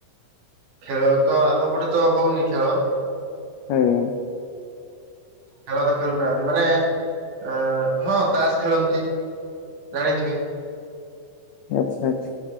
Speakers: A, on the right (about 60°); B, on the left (about 80°).
A: ଖେଳ ତ ଆମ ପଟେ ତ ହଉନି ଖେଳ।
B: ହୁଁ।
A: ଖେଳ ତ ଖେଳୁନାହାନ୍ତି ମାନେ ଅ ହଁ ତାସ ଖେଳନ୍ତି। ଜାଣିଥିବେ।
B: ଆଚ୍ଛା ଆଚ୍ଛା।